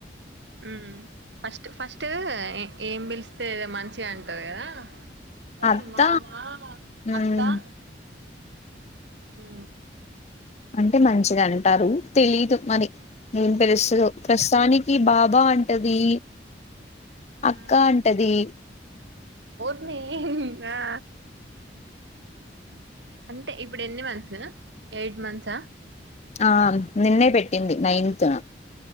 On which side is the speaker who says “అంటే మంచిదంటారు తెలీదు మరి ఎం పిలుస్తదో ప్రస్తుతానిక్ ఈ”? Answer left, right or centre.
Left